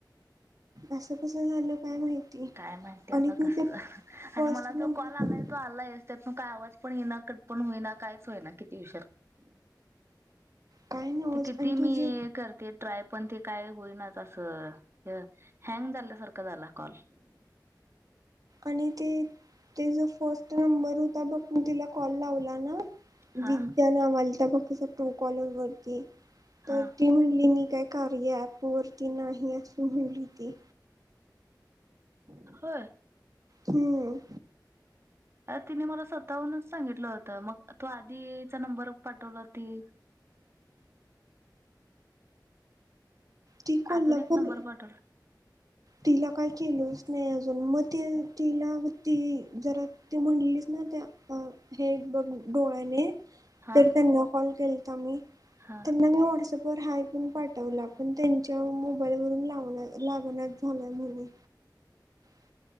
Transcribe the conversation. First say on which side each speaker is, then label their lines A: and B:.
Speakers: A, on the right (about 50°); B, on the right (about 35°).
A: असं कसं झालं? काय माहिती
B: काय माहिती
A: आणि
B: आता
A: तू
B: कसं
A: ते फर्स्ट
B: आणि मला
A: नंबर
B: तो कॉल आला आहे तो आलायच मग काय आवाज पण येईना, ना कट पण होईना कायच होईना किती विषार
A: काय नवच
B: ते किती
A: आणि तू
B: मी
A: जे
B: करते ट्राय पण ते काय होईनाच असं हे हँग झाल्यासारखं झाला. कॉल
A: आणि ते. ते जो फोस्ट नंबर होता बघ. तू तिला कॉल लावला ना
B: हा
A: विद्या नावाची. ट्रू कॉलर वरती
B: हा
A: तर ती म्हणली मी. त्या कार्या ॲप वरती नाही अस बोली ती.
B: होय.
A: हम्म.
B: अ. तिने मला स्वतःहूनच सांगितलं होतं. मग तो आधीचा नंबर पाठवला ती.
A: ती कोल्हापूर
B: अजून एक नंबर पाठवला.
A: तिला काय केलंलच नाही अजून. मग ते तिला ती जरा तू म्हणलीच ना. त्या हे एक बघ डोळ्याने.
B: हा
A: तर त्यांना कॉल केलता मी
B: हा
A: त्यांना मी वॉट्सअप. वर हाय पण पाठवला. पण त्यांच्या मोबाईलवरून लावणार लागणार. भलाय भले <unintelligible>